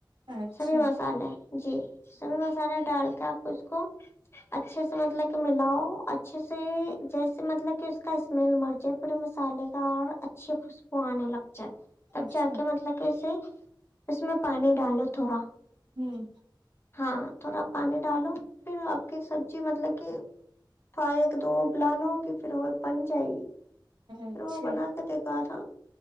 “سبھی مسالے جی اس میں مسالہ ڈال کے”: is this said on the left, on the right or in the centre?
Left